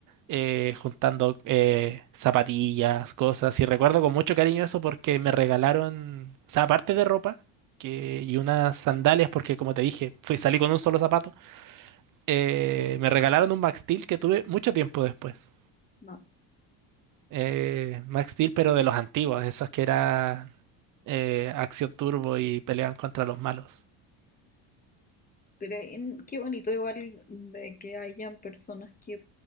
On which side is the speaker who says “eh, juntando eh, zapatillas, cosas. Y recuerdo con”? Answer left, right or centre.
Right